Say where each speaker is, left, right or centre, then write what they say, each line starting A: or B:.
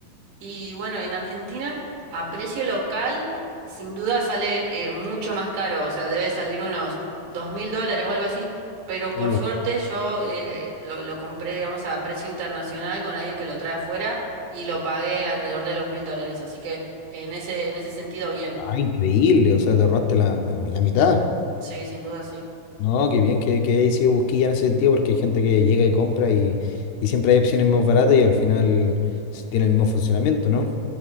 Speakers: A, on the right (about 80°); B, on the left (about 75°).
A: Y bueno, en Argentina, a precio local, sin duda sale eh, mucho más caro, o sea, debe salir unos dos mil dólares o algo así, pero por
B: Uh,
A: suerte yo eh, lo, lo compré, digamos, a precio internacional con alguien que lo trae afuera y lo pagué alrededor de los mil dólares, así que en ese, en ese sentido, bien,
B: Ah, increíble, o sea, te ahorraste la, la- la mitad.
A: sí, sin duda, sí.
B: No, qué bien que, que he sido busquilla en ese sentido, porque hay gente que llega y compra y, y siempre hay opciones más baratas y al final s- tiene el mismo funcionamiento, ¿no?